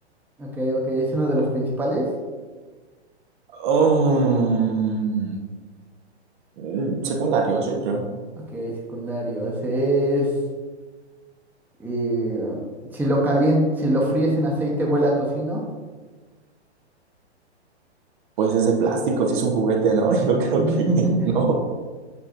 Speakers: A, in the centre; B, on the right (about 45°).
A: Ok, ok, es uno de los principales.
B: Um, mm, secundarios, yo creo.
A: Ok, secundarios. Es. Y um, si lo calien- si lo fríes en aceite huele a tocino.
B: Pues es de plástico, si es un juguete, ¿no? <laughs> Yo creo
A: <laughs>
B: que <laughs> no,